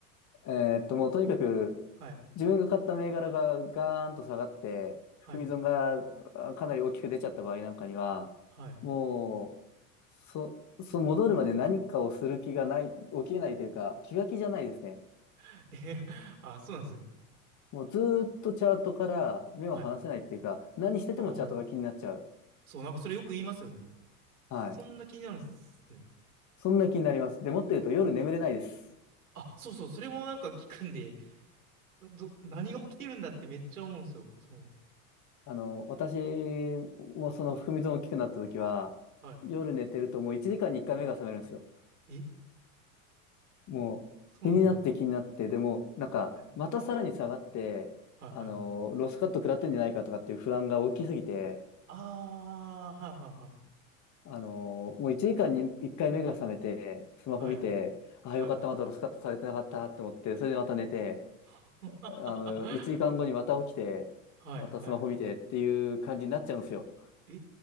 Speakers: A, on the left; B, on the right.
A: えーっと、もう、とにかく、
B: どはい、
A: 自分が買った銘柄がガーンと下がって、含み損があかなり大きく出ちゃった場合なんかには、
B: はい、はい。
A: もう、そ、その戻るまで何かをする気がない、起きれないというか、気が気じゃないですね。
B: <laughs> えへあ、そうなんですね。
A: もうずーっとチャートから目を離せないっていうか、
B: はい。あ
A: 何しててもチャートが気になっちゃう。
B: あ、そう、なんかそれよく言いますよね。
A: はい。
B: そんな気になるんですね。
A: そんな気になります。で、もっと言うと夜眠れないです。
B: あ、そうそう、それもなんか聞くんで、ど、何が起きてるんだってめっちゃ思うんですよ。そう。
A: あの、私もその含み損大きくなった時は、
B: は
A: 夜寝てるともう1時間に1回目が覚めるんですよ。
B: い。え、
A: もう気になって気になって、
B: そうなんですね。
A: でもなんかまたさらに下がって、
B: はい、はい、
A: あの、
B: はい。
A: ロスカット食らってんじゃないかとかっていう不安が大きすぎて、
B: ああ、はい、は
A: あの、もう1時間に1回目が覚めて、
B: い、
A: スマホ見て、
B: はい。
A: ああよかった、
B: はい、はい。
A: まだロスカットされてなかったって思って、それでまた寝て、
B: はい、
A: あの、1時間後にまた起きて、
B: <laughs> はいはい。
A: またスマホ見てっていう感じになっちゃうんですよ。
B: え